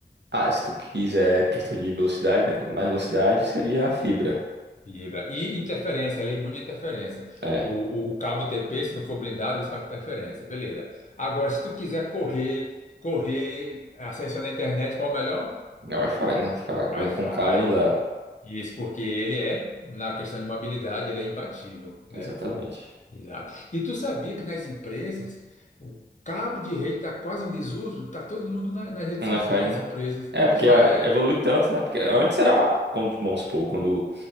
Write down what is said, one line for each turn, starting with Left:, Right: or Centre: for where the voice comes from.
Right: ah, se tu quiser questão de velocidade, né? Quanto mais velocidade, seria a fibra.
Left: Vibra. E interferência, ela é imune à interferência.
Right: É,
Left: O, o, o cabo TP, se não for blindado, ele sabe interferência. Beleza. Agora, se tu quiser correr, correr, acesso na internet, qual é o melhor?
Right: não é Wi-Fi, né? Ficar correndo
Left: Wi-Fi.
Right: com cabo não dá.
Left: Isso porque ele é, na questão de mobilidade, ele é imbatível, né?
Right: Exatamente.
Left: Exato. E tu sabia que nas empresas, o cabo de rede está quase em desuso, está todo mundo na, nas redes
Right: Não
Left: sem
Right: é
Left: fio,
Right: Wi-Fi,
Left: nas
Right: né?
Left: empresas.
Right: É,
Left: Wi-Fi,
Right: porque ah,
Left: é.
Right: evolui tanto, né? Porque antes era uma. Quando, vamos supor, quando